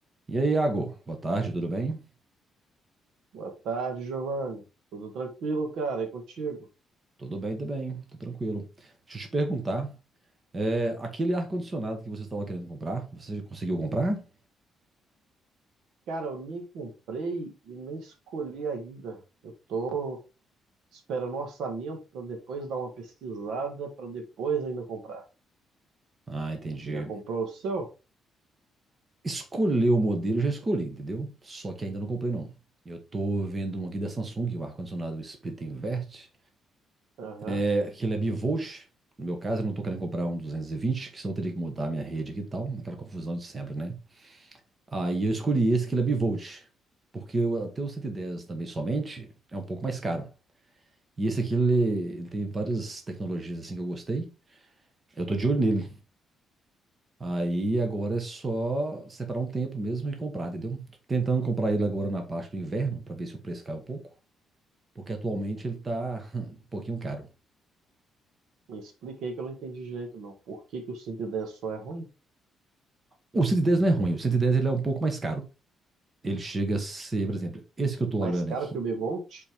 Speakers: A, on the right; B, on the right.
A: E aí, Iago? Boa tarde, tudo bem?
B: Boa tarde, Giovanni. Tudo tranquilo, cara? E contigo?
A: Tudo bem também, tô tranquilo. Deixa eu te perguntar, é, aquele ar-condicionado que você estava querendo comprar, você conseguiu comprar?
B: Cara, eu nem comprei e nem escolhi ainda. Eu tô esperando o orçamento para depois dar uma pesquisada, para depois ainda comprar.
A: Ah, entendi.
B: Já comprou o seu?
A: Escolher o modelo, eu já escolhi, entendeu? Só que ainda não comprei, não. Eu tô vendo um aqui da Samsung, o ar-condicionado split invert,
B: Aham.
A: é, que ele é bivolt. No meu caso, eu não tô querendo comprar um 220, que senão eu teria que mudar a minha rede aqui e tal, aquela confusão de sempre, né? Aí eu escolhi esse que ele é bivolt, porque o- até o 110 também somente é um pouco mais caro. E esse aqui, ele, ele tem várias tecnologias assim que eu gostei. Eu tô de olho nele. Aí agora é só separar um tempo mesmo e comprar, entendeu? Tô tentando comprar ele agora na parte do inverno, pra ver se o preço cai um pouco. Porque atualmente ele tá <laughs> um pouquinho caro.
B: Me explica aí que eu não entendi direito, não. Por que que o 110 só é ruim?
A: O 110 não é ruim, o 110 ele é um pouco mais caro. Ele chega a ser, por exemplo, esse que eu tô
B: Mais
A: olhando
B: caro
A: aqui,
B: que o Bevolt?